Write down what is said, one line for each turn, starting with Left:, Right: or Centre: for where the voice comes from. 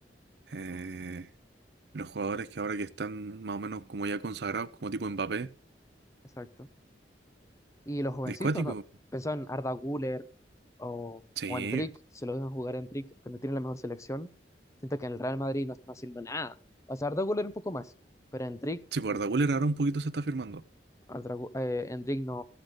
Right: eh, los jugadores que ahora que están más o menos como ya consagrados, como tipo Mbappé.
Left: exacto. Y los jovencitos,
Right: ¿Es cuático?
Left: ¿no? Pensaba en Arda Güler o,
Right: Sí,
Left: o Endrick, se lo dejan jugar a Endrick, que no tiene la mejor selección. Siento que en el Real Madrid no están haciendo nada. O sea, Arda Güler un poco más, pero Endrick,
Right: sí, por
Left: uh, o
Right: Guller
Left: sea,
Right: ahora un poquito se está firmando.
Left: Arda Gu- eh, Endrick no,